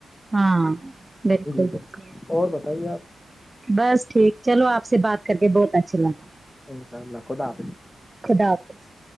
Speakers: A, on the right (about 20°); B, on the left (about 15°).
A: ہاں بالکل
B: جی
A: بالکل
B: اور بتائیے آپ
A: بس ٹھیک چلو آپ سے بات کر کے بہت اچھا لگا
B: ان شاء اللہ خدا حافظ
A: خدا حافظ